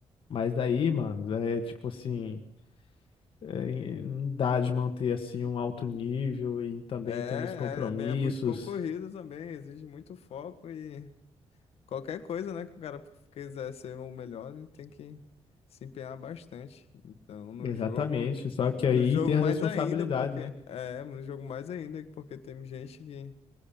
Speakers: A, on the left; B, on the left.
A: Mas daí, mano, é tipo assim, é, não dá de manter assim um alto nível e também
B: É,
A: tendo os compromissos.
B: é, bem- é muito concorrido também, exige muito foco e qualquer coisa, né, que o cara quiser ser o melhor, ele tem que se empenhar bastante. Então, no
A: Exatamente.
B: jogo,
A: Só que aí
B: no jogo
A: tem as
B: mais
A: responsabilidades,
B: ainda, porque
A: né?
B: é, no jogo mais ainda, porque tem gente que